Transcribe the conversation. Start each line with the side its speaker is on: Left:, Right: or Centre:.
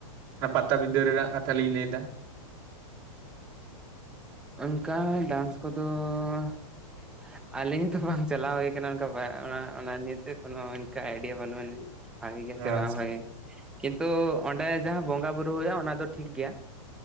Right: ᱚᱱᱟ ᱯᱟᱛᱟ ᱵᱤᱫᱟᱹ ᱨᱮᱱᱟᱜ ᱠᱟᱛᱷᱟ ᱞᱤᱧ ᱞᱟᱹᱭ ᱫᱟ ᱾
Centre: ᱚᱱᱠᱟ ᱰᱮᱱᱥ ᱠᱚᱫᱚ ᱾ ᱟᱹᱞᱤᱧ ᱦᱚᱸᱛᱚ ᱵᱟᱝ ᱪᱟᱞᱟᱣ ᱦᱳᱭ ᱠᱟᱱᱟ ᱚᱱᱠᱟ ᱵᱟᱜ ᱚᱱᱟ ᱱᱤᱭᱮᱛᱮ ᱠᱳᱱᱳ ᱤᱱᱠᱟ ᱟᱭᱰᱤᱭᱟ ᱵᱟᱹᱱᱩᱜ ᱟᱹᱱᱤᱡ ᱾ ᱵᱷᱟᱜᱮ ᱜᱮᱭᱟ ᱥᱮ
Right: ᱟᱪᱪᱷᱟ
Centre: ᱵᱟᱝ ᱵᱷᱟᱜᱮ ᱠᱤᱱᱛᱩ ᱚᱸᱰᱮ ᱡᱟᱦᱟᱸ ᱵᱚᱸᱜᱟ ᱵᱩᱨᱩ ᱦᱩᱭᱩᱜᱼᱟ ᱚᱱᱟ ᱫᱚ ᱴᱷᱤᱠ ᱜᱮᱭᱟ ᱾